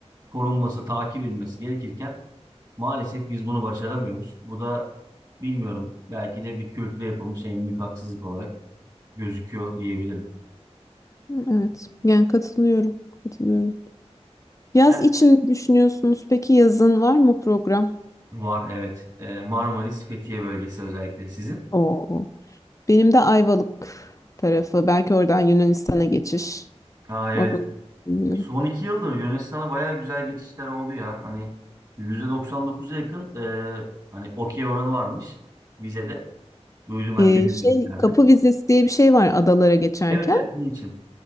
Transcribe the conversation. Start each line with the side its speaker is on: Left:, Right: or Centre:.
Right: korunması, takip edilmesi gerekirken maalesef biz bunu başaramıyoruz. Bu da bilmiyorum belki de bir kültüre yapılmış en büyük haksızlık olarak gözüküyor diyebilirim.
Left: Evet. Yani katılıyorum. Katılıyorum. Yaz
Right: Yani
Left: için ne düşünüyorsunuz? Peki yazın var mı program?
Right: var evet. Ee, Marmaris, Fethiye bölgesi özellikle sizin.
Left: Oo. Benim de Ayvalık tarafı. Belki oradan Yunanistan'a geçiş.
Right: Aa evet.
Left: O bölge bilmiyorum.
Right: Son iki yıldır Yunanistan'a bayağı güzel geçişler oldu ya. Hani %99'a yakın e, hani okey oranı varmış vizede. Duydum hani
Left: Ee,
Right: günlük
Left: şey
Right: birliklerde.
Left: kapı vizesi diye bir şey var adalara geçerken.
Right: Evet evet onun için.